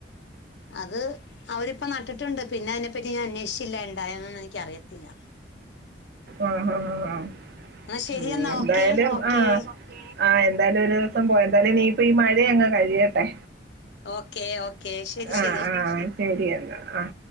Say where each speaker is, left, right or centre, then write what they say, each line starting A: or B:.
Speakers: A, on the left; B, on the right.
A: അത് അവരിപ്പം നട്ടിട്ടുണ്ട് പിന്നെ അതിനെപ്പറ്റി ഞാൻ അന്വേഷിച്ചില്ല ഉണ്ടായൊന്നും എനിക്ക അറിയത്തില്ല
B: ആഹ ആ ആ
A: എന്നാ ശരിയെന്നാ
B: എന്തായാലും
A: ഓക്കെ ഓക്കെ
B: ആഹ ആ എന്തായാലും ഒരു ദിവസം പോയ എന്തായാലും ഇനിയിപ്പ ഈ മഴയ അങ്ങ് കഴിയട്ടെ
A: ഓക്കെ ഓക്കെ ശരി
B: ആഹ
A: ശരി
B: ആഹ ശരിയെന്നാ ആഹ